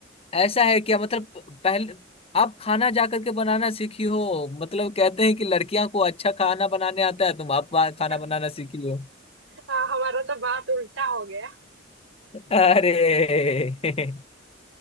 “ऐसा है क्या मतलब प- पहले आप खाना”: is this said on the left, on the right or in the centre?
Left